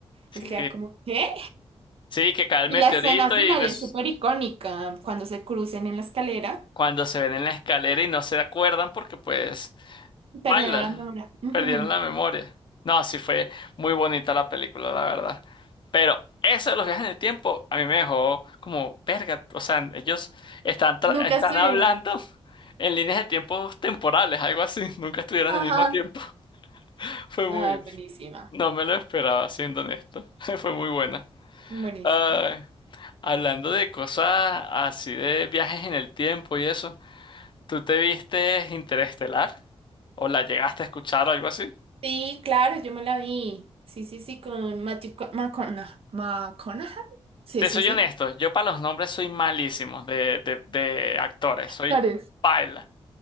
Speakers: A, on the left; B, on the right.
A: sí,
B: Él queda como, ¿qué?
A: sí, que cae el
B: Y
A: meteorito
B: la escena final
A: y des-
B: es súper icónica, cuando se crucen en la escalera,
A: cuando se ven en la escalera y no se acuerdan porque pues
B: perdieron
A: Baila,
B: la memoria. Ujú.
A: perdieron la memoria. No, sí fue muy bonita la película, la verdad. Pero eso de los viajes en el tiempo a mí me dejó como verga. O sea, ellos están, tra-
B: Nunca
A: están
B: estuvieron.
A: hablando en líneas de tiempos temporales, algo así. <laughs> Nunca estuvieron en
B: Ajá.
A: el mismo tiempo. <laughs> Fue muy...
B: Ah, buenísima,
A: No me lo esperaba, siendo honesto. <laughs> Fue muy buena.
B: buenísima.
A: Ay, hablando de cosas así de viajes en el tiempo y eso, ¿tú te viste Interestelar? ¿O la llegaste a escuchar o algo así?
B: Sí, claro, yo me la vi. Sí, sí, sí, con Matthew Co- McConaughey. ¿McConaughey? Sí,
A: Te
B: sí,
A: soy
B: sí.
A: honesto, yo para los nombres soy malísimo de, de- de actores, soy
B: Actores.
A: paila,